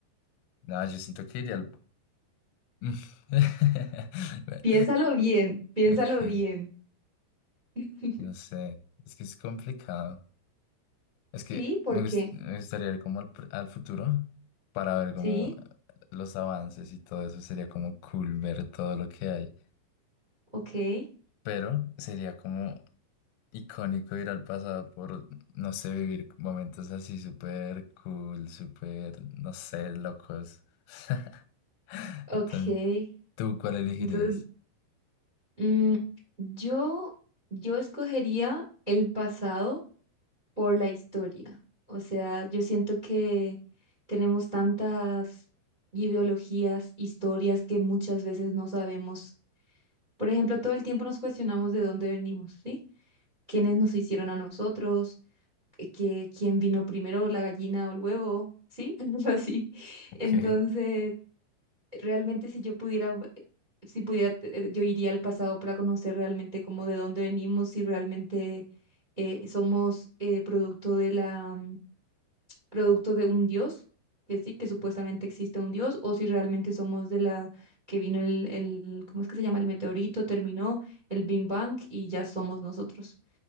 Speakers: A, on the left (about 80°); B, on the right (about 75°).
A: No, yo siento que iría al... Mm. <laughs> Bueno,
B: Piénsalo bien, piénsalo
A: Ok,
B: bien. <laughs>
A: no sé. Es que es complicado. Es
B: Sí,
A: que
B: ¿por
A: me, gust-
B: qué?
A: me gustaría ir como al, pr- al futuro para ver como
B: Sí,
A: los avances y todo eso. Sería como cool ver todo lo que hay.
B: ok,
A: Pero sería como icónico ir al pasado por, no sé, vivir momentos así súper cool, súper, no sé, locos. <laughs>
B: ok.
A: Entonces, ¿tú cuál elegirías?
B: Entonces, mm, yo, yo escogería el pasado por la historia. O sea, yo siento que tenemos tantas ideologías, historias que muchas veces no sabemos. Por ejemplo, todo el tiempo nos cuestionamos de dónde venimos, ¿sí? ¿Quiénes nos hicieron a nosotros? ¿Qué, qué- quién vino primero, la gallina o el huevo? ¿Sí? <laughs> Algo así.
A: Ok,
B: Entonces, realmente si yo pudiera... v- Si pudiera, eh, yo iría al pasado para conocer realmente cómo de dónde venimos, si realmente eh, somos eh, producto de la producto de un dios, que sí, que supuestamente existe un dios, o si realmente somos de la que vino el, el, ¿cómo es que se llama? El meteorito, terminó el Big Bang y ya somos nosotros,